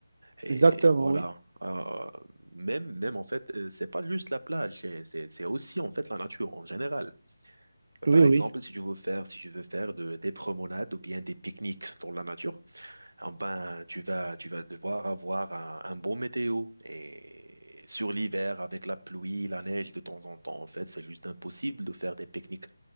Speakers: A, on the right (about 80°); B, on the right (about 50°).
A: Et
B: Exactement,
A: voilà.
B: oui.
A: Euh, même, même en fait, euh, c'est pas juste la plage, c'est c'est- c'est aussi en fait la nature en général. Euh,
B: Oui,
A: Par exemple,
B: oui.
A: si tu veux faire, si tu veux faire de- des promenades ou bien des pique-niques dans la nature, eh ben, tu vas, tu vas devoir avoir un, un bon météo. Et sur l'hiver, avec la pluie, la neige de temps en temps, en fait, c'est juste impossible de faire des pique-niques